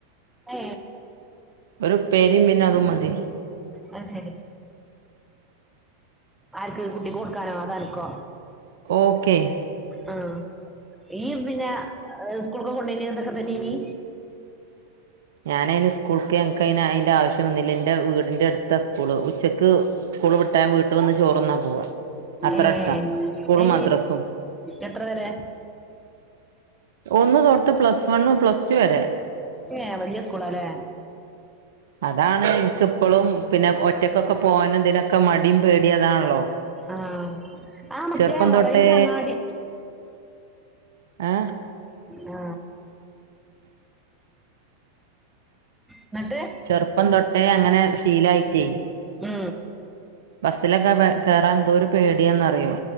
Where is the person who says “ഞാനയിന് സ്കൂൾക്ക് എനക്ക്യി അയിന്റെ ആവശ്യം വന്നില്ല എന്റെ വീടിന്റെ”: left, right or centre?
Right